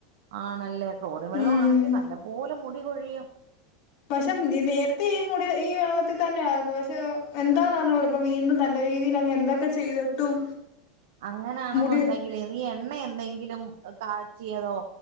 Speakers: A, on the right (about 60°); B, on the left (about 55°).
A: ആണല്ലേ ക്ലോറിൻ വെള്ളം
B: ഉം
A: ആണെങ്കിൽ നല്ല പോലെ മുടി കൊഴിയും.
B: പക്ഷെ നേരത്തെ ഈ മുടി ഈ വെള്ളത്തിൽ തന്നെ ആയിരുന്നു പക്ഷെ എന്തന്ന് അറിഞ്ഞുട വീണ്ടും നല്ല രീതിയിൽ അങ്ങ് എന്തൊക്കെ ചെയ്തിട്ടും
A: അങ്ങനാണെന്നുണ്ടെങ്കിലെ
B: മുടി
A: നീ എണ്ണ എന്തെങ്കിലും കാച്ചിയതോ?